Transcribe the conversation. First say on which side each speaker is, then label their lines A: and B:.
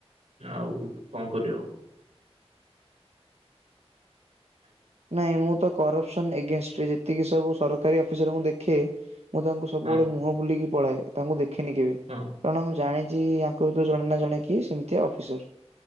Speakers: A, on the right; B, on the right.
A: ଆଉ କଣ କରି ହବ?
B: ନାଇଁ ମୁଁ ତ କରପ୍ସନ୍ ଏଗେନ୍ଷ୍ଟେ ରେ ଯେତିକି ସବୁ ସରକାରୀ ଅଫିସର୍ ଙ୍କୁ ଦେଖେ ମୁଁ ତାଙ୍କୁ ସବୁବେଳେ
A: ହଁ
B: ମୁହଁ ବୁଲିକି ପଳାଏ ତାଙ୍କୁ ଦେଖେନି କେବେ।
A: ହଁ
B: କାରଣ ମୁଁ ଜାଣି ଚି ଆୟଙ୍କ ଭିତରୁ ଜଣେ ନା ଜଣେ କିଏ ସେମିତିଆ ଅଫିସର୍।